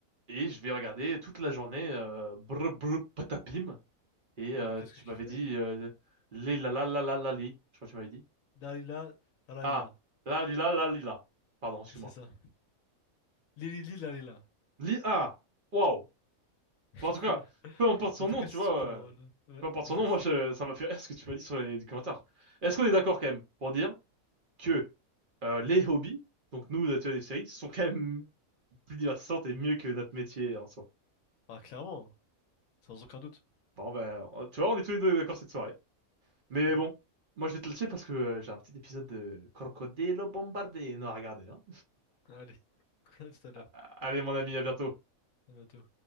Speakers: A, on the right (about 45°); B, on the left (about 70°).
A: et je vais regarder toute la journée euh, brr brr patapim Et
B: Ah,
A: euh,
B: mais qu'est-ce
A: tu
B: que je
A: m'avais
B: kifferais?
A: dit euh, li la la la la la li. Je crois que tu m'avais dit.
B: Dalila, Dalalila,
A: Ah, la li la la li la. Pardon, excuse-moi.
B: c'est ça. Lili Lalila.
A: Li ah, waouh.
B: <laughs>
A: Bon, en tout cas, peu importe son
B: En tout
A: nom,
B: cas,
A: tu
B: c'est
A: vois.
B: super drôle.
A: euh,
B: Ouais,
A: peu importe son
B: c'est...
A: nom,
B: ça.
A: moi je, ça m'a fait rire ce que tu m'as dit sur les commentaires. Est-ce qu'on est d'accord quand même pour dire que euh, les hobbies, donc nous, notre des séries, sont quand même plus divertissantes et mieux que notre métier en soi.
B: Ah, clairement, sans aucun doute.
A: Bon ben, tu vois, on est tous les deux d'accord cette soirée. Mais
B: Eh
A: bon,
B: oui.
A: moi je vais te laisser parce que euh, j'ai un petit épisode de Crocodilo Bombardé non à regarder. hein.
B: Allez, <laughs> à tout à l'heure.
A: <laughs> Allez mon ami, à bientôt.
B: À bientôt.